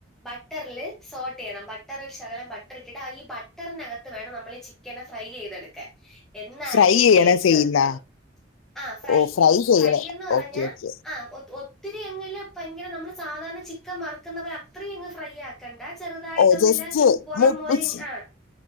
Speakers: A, in the centre; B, on the left.
A: ബട്ടറിൽ സോൾട്ട് ചെയ്യണം ബട്ടറിൽ ശകലം ബട്ടറി ഇട്ടിട്ട് ഈ ബട്ടറിനകത്ത് വേണം നമ്മൾ ചിക്കന ഫ്രൈ ചെയ്തെടുക്കാ എന്നാലേ
B: ഫ്രൈ
A: ഇതിന്
B: ചെയ്യണേ
A: ടേസ്റ്റ്
B: ചെയ്യുന്ന
A: വരുത്തുള്ളൂ ആ ഫ്രൈ
B: ഓ
A: മീൻസ്
B: ചെയ്യണേ
A: ഫ്രൈ എന്ന് പറഞ്ഞാ
B: ഓക്കെ ഓക്കെ
A: ആ ഒ ഒത്തിരി അങ്ങ്ല്ലെ ഭയങ്കര നമ്മള് സാധാരണ ചിക്കൻ വറക്കുന്ന പോലെ അത്രയും അങ്ങ് ഫ്രൈ ആക്കണ്ട ചെറുതായിട്ടൊന്നില്ല
B: ഓ ജസ്റ്റ്
A: പുറം
B: മൂപ്പിച്ച്
A: മൊഴി ആഹ്